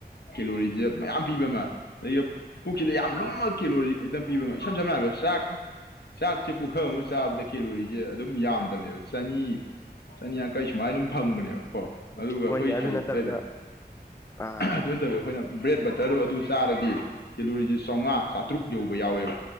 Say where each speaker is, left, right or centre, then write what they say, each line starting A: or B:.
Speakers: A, on the left; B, on the left.
A: ꯀꯦꯂꯣꯔꯤꯁꯤꯦ ꯃꯌꯥꯝ ꯄꯤꯕ ꯑꯃ ꯑ ꯄꯨꯛꯁꯤꯗ ꯌꯥꯝ ꯂꯨꯝꯃꯛ ꯀꯦꯂꯣꯔꯤꯝ ꯄꯤꯕ ꯑꯃ ꯏꯁꯝ ꯁꯝꯅ ꯍꯥꯏꯔꯕꯗ ꯆꯥꯛ ꯆꯥꯛ ꯆ ꯄꯨꯈꯝ ꯁꯥꯕ ꯑꯣꯏ ꯏꯦ ꯑꯗꯨꯝ ꯌꯥꯝꯗꯕꯅꯦꯕ ꯆꯅꯤ ꯆꯅꯤ ꯌꯥꯡꯈꯩ ꯁꯨꯃꯥꯏ ꯑꯗꯨꯝ ꯐꯪꯕꯅꯦꯕ ꯀꯣ ꯑꯗꯨꯒ
B: ꯍꯣꯏꯅꯦ
A: ꯑꯩꯈꯣꯏꯒꯤ
B: ꯑꯗꯨ
A: ꯀꯩ ꯍꯥꯏꯇꯥꯔꯦ
B: ꯅꯠꯇꯕꯤꯗ ꯑꯥ
A: ꯑꯗꯨ ꯅꯠꯇꯕꯤ ꯑꯩꯈꯣꯏꯅ ꯕ꯭ꯔꯦꯗ ꯕꯇꯔꯗꯣ ꯑꯗꯨ ꯆꯥꯔꯗꯤ ꯀꯤꯂꯣꯔꯤꯁꯦ ꯆꯥꯝꯃꯉꯥ ꯆꯥꯇ꯭ꯔꯨꯛ ꯌꯧꯕ ꯌꯥꯎꯋꯦꯕ